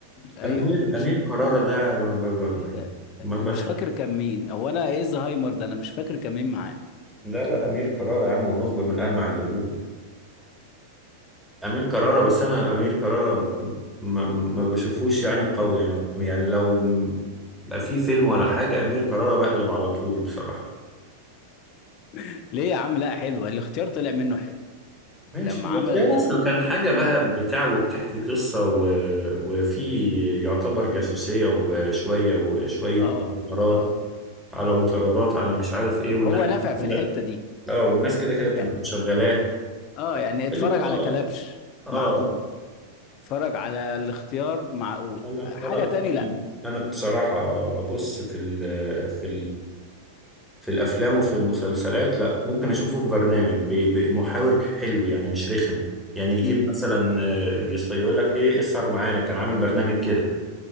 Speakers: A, on the left; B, in the centre.
A: ايوه
B: انا امير
A: مش
B: امير
A: ف...
B: كرارة ده ما ب...
A: ايه
B: ب...
A: ده
B: ب- ما
A: انا
B: بش
A: مش فاكر كان مين هو انا ايه زهايمر ده انا مش فاكر كان مين معاه
B: لا لا امير كرارة يا عم ونخبه من المع اللجوم امير كرارة بس انا امير كرارة م- م- ما بشوفوش يعني قوي يعني يعني لو بقى في فيلم ولا حاجة امير كرارة بقلب على طول بصراحة
A: <laughs> ليه يا عم لا حلوه الاختيار طلع منه حلو
B: ماشي
A: لما
B: هو
A: عمل
B: اختيار
A: الاخ...
B: اصله كان حاجة بقى بتاع وبتحكي قصة و... وفي يعتبر جاسوسية وشوية وشوية
A: اه
B: مغامرات
A: اه
B: على مطاردات على مش عارف ايه والناس
A: هو نافع في
B: كده
A: الحته دي
B: اه والناس كده كده بتبقى
A: يعني
B: مشغلاه
A: اه يعني اتفرج
B: قالت
A: على
B: اه
A: كلبش
B: اه
A: معقول اتفرج على الاختيار معقول
B: انا
A: حاجة
B: انا
A: تاني لا
B: انا بصراحه بص في ال في في الافلام وفي المسلسلات لا ممكن اشوفه في برنامج ب- بمحاور حلو يعني مش رخم يعني يجيب
A: امم
B: مثلا آه، يص- يقول لك ايه اسهر معانا كان عامل برنامج كده